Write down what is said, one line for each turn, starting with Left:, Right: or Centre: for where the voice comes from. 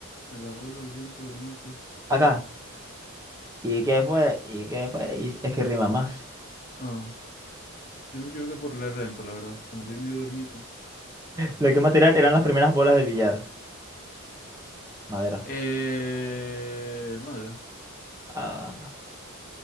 Left: el abuelo, el viento del norte.
Right: Acá. ¿Y qué fue? ¿Y qué fue? Y es que rima más.
Left: Ah, Yo me equivoqué por leer lento, la verdad. Como estoy medio dormido.
Right: De qué material eran las primeras bolas de billar. Madera.
Left: Eh, madre.
Right: Ah,